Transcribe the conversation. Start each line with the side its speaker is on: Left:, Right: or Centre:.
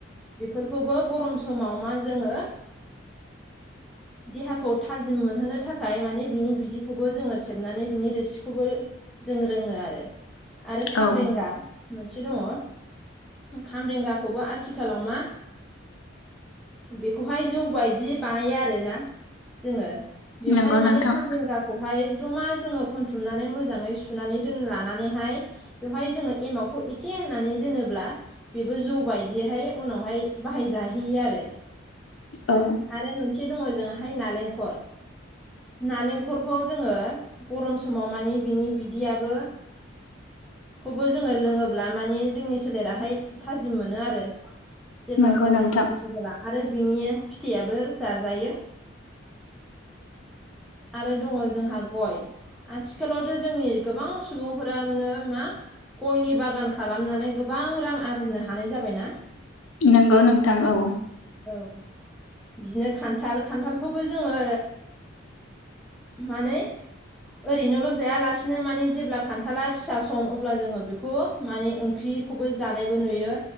Centre: बेफोरखौबो गरम समाव मा जोङो देहाखौ थाजिम मोनहोनो थाखाय माने बिनि बिदिखौबो जोङो सेबनानै बिनि रोसिखौबो जों रोङो आरो आरो खामरेंगा
Left: औ
Centre: मोनसे दङ खामरेंगाखौबो आथिखालाव मा बेखौहाय जौ बायदि बानायो आरो ना जोङो बेवहाय
Left: नंगौ नोंथां
Centre: मानि खामरेंगाखौ खौहाय जमा जोङो खनथुमनानै मोजाङै सुनानै दोन लानानैहाय बेवहाय जोङो एमावखौ एसे होनानै दोनोब्ला बेबो जौ बायदिहाय उनावहाय बाहायजाहैयो आरो
Left: औ
Centre: ओमफ्राय मोनसे दङ जोङाहाय नालेंखर नालेंखरखौ जोङो गरम समाव मानि बिनि बिदियाबो खौबो जोङो लोङोब्ला मानि जोंनि सोलेराहाय थाजिम मोनो आरो जेब्ला
Left: नंगौ
Centre: गरम
Left: नोंथां
Centre: सम अब्ला आरो बिनि फिथाइयाबो जाजायो आरो दङ जोंहा गय आथिखालावथ‌ जोंनि गोबां सुबुंफोरा नो मा गयनि बागान खालामनानै गोबां रां आर्जिनो हानाय जाबाय ना
Left: नोंगौ नोंथां औ
Centre: औ बिदिनो खान्थाल खान्थालखौबो जोङो मानो ओरैनोल जायालासिनो माने जेब्ला खान्थाला फिसा सम अब्ला जोङो बेखौ मानि ओंख्रिखौबो जानायबो नुयो